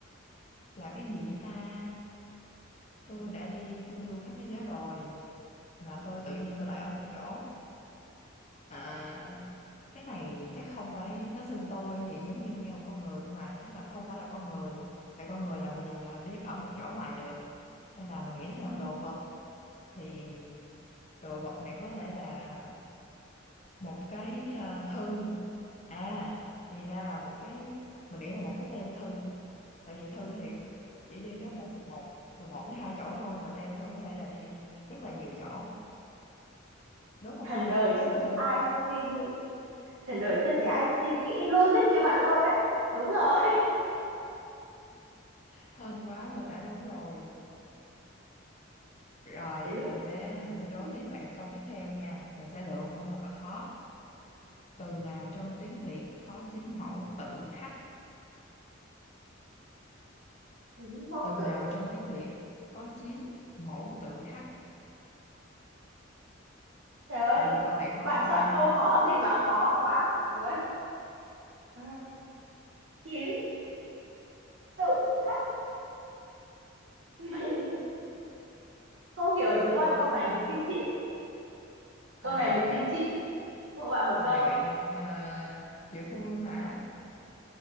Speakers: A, on the left; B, on the right.
A: là cái gì vậy ta tôi đã đi chu du khắp thế giới rồi mà tôi tự nhiên tôi lại ở một chỗ à cái này chắc không phải nó xưng tôi thì giống như nghe một con người nhưng mà chắc là không phải là con người tại con người làm gì mà đi ở một chỗ hoài được nên là mình nghĩ sẽ là
B: Ừ,
A: đồ vật thì đồ vật này có thể là một cái ờ, thư à thì ra là một cái mình nghĩ là một cái tem thư tại vì thư thì chỉ đi tới một một từ một tới hai chỗ thôi và tem thư có thể là đi rất là nhiều chỗ đúng không
B: thần
A: ta
B: đời
A: tem
B: chưa
A: thư
B: thấy ai suy nghĩ thần đời chưa thấy ai suy nghĩ logic như bạn luôn đấy đúng rồi <laughs>
A: hên quá mình đã đúng rồi rồi
B: đến lượt
A: mình sẽ mình sẽ đố
B: mình
A: tiếp
B: đi.
A: bạn câu tiếp theo nha mình sẽ lựa một câu thật là khó từ nào trong tiếng Việt có chín mẫu tự h
B: Những mẫu
A: từ
B: tự
A: nào trong tiếng Việt có chín mẫu tự h
B: Trời ơi,
A: Ờ, câu này khó
B: bạn
A: nha
B: chọn câu khó gì mà khó quá vậy trời ơi. À, Chín tự khắc <laughs> mình không hiểu
A: rất
B: gì
A: là
B: luôn.
A: khó
B: Câu
A: luôn
B: này mình xin chịu.
A: câu
B: Câu
A: này
B: này mình
A: bạn
B: xin chịu của bạn một
A: câu
B: câu.
A: này bạn à, chịu thua luôn hả